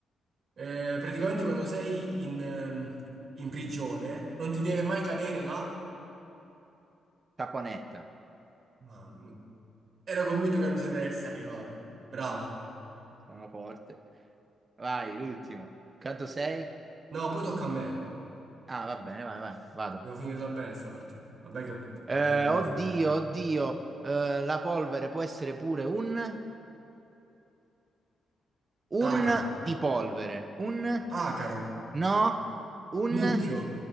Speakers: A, on the right (about 40°); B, on the right (about 25°).
A: Eh, praticamente quando sei in, ehm, in prigione non ti deve mai cadere là.
B: saponetta.
A: Mamma mia. ero convinto che non ci si deve essere arrivato. Bravo.
B: Sono forte. Vai, l'ultimo. Quanto sei?
A: No, poi tocca a me.
B: Ah, va bene, vai, vai, vado.
A: Devo finirla bene sta partita. Vabbè che
B: Eh,
A: probabilmente non
B: oddio,
A: mi supererai.
B: oddio, eh, la polvere può essere pure un... Un
A: Acaro,
B: di polvere. Un...
A: acaro,
B: No, un...
A: mucchio,